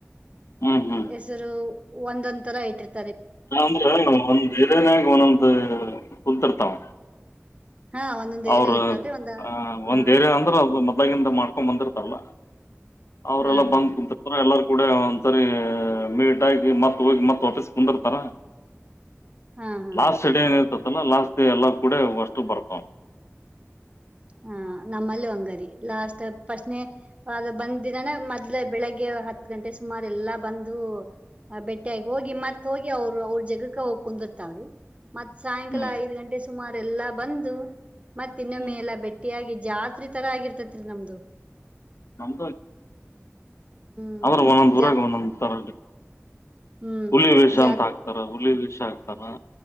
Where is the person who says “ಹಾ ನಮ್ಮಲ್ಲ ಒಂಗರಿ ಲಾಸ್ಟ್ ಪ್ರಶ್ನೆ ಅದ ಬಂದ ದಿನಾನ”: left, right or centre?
Right